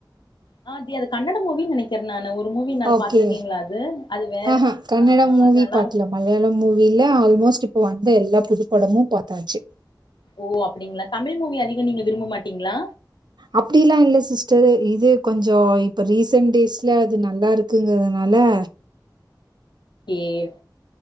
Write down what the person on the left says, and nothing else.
அ தியா அது கன்னட மூவின்னு நெனைக்கிறேன் நானு ஒரு மூவி நா
பாத்திருக்கீங்களா அது அது வேற
ஆ
அது நல்லா
இருக்கு
ஓ அப்டிங்ளா தமிழ் மூவி அதிக நீங்க விரும்ப மாட்டீங்ளா
ஏவ்